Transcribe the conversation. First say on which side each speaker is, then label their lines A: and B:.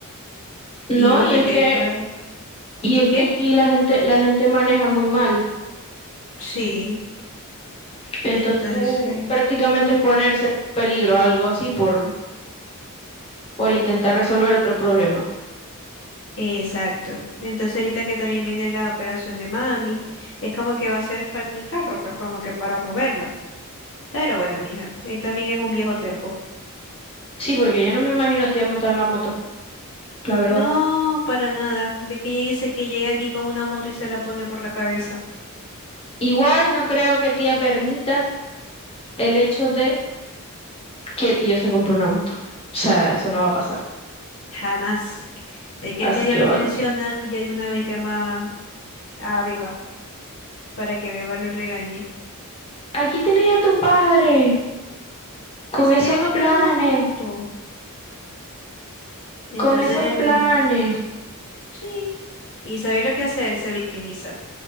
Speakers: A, on the left (about 25°); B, on the left (about 60°).
A: No,
B: Y bueno,
A: y es
B: que
A: que,
B: ahorita,
A: y es
B: ¿qué?
A: que aquí la gente, la gente maneja muy mal.
B: Sí,
A: Entonces,
B: entonces.
A: prácticamente es ponerse en peligro, algo así, por, por intentar resolver otro problema.
B: Exacto. Entonces ahorita que también viene la operación de mami, es como que va a hacer falta el carro, pues como que para moverla. Pero bueno, mija, él también es un viejo terco.
A: Sí, porque yo no me imagino a tía montada en la moto, la verdad.
B: No, para nada. Ve que ella dice que llega aquí con una moto y se la pone por la cabeza.
A: Igual no creo que tía permita el hecho de que tío se compre una moto. O sea, eso no va a pasar.
B: Jamás. Ve que
A: Así
B: el medio
A: que
B: lo
A: bueno.
B: menciona y ya de una vez llama a Beba para que Beba lo regañe.
A: Aquí tenés a tu padre. Con
B: Que se
A: esos
B: quiere comprar
A: planes,
B: una moto. Entonces
A: con esos
B: él
A: planes.
B: viene. Sí. ¿Y sabe lo que hace? Él se victimiza.